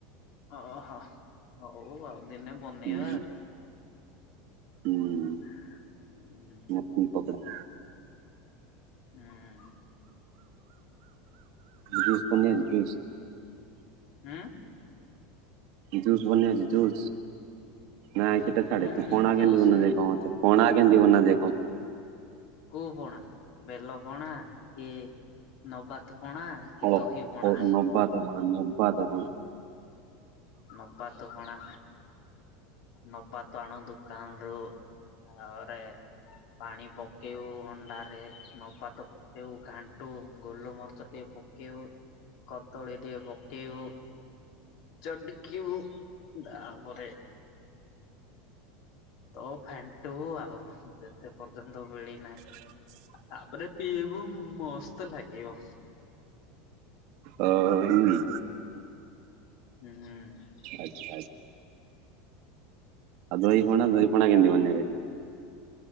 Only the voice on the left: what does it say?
ଓହୋ ହଉ ଆଉ ଦିନେ। ବନେଇବା
ଆଉ।
<unintelligible>
ହୁଁ
ଉଁ
ହୁଁ
ଜୋସ
କୋଉ ପଣା ବେଲ ପଣା କି ନବାତ ପଣା? କି
ଦହି ପଣା
ନବାତ ପଣା ନବାତ ଆଣ ଦୋକାନରୁ। ତାପରେ ପାଣି ପକେଇବୁ ହଣ୍ଡାରେ ନବାତ। ଯଉ ଘାଣ୍ଟିବୁ ଗୋଲ ମରିଚ ଟିକେ ପକେଇବୁ କଦଳୀ ଟିକେ ପକେଇବୁ। ଚଟ୍ କିବୁ ତାପରେ। ତ ଫେଣ୍ଟ୍ ବୁ ଆଉ ଯେତେ ପର୍ଯ୍ୟନ୍ତ ମିଳି ନାହିଁ।
ତାପରେ ପିବୁ ମସ୍ତ ଲାଗିବ।
ହୁଁ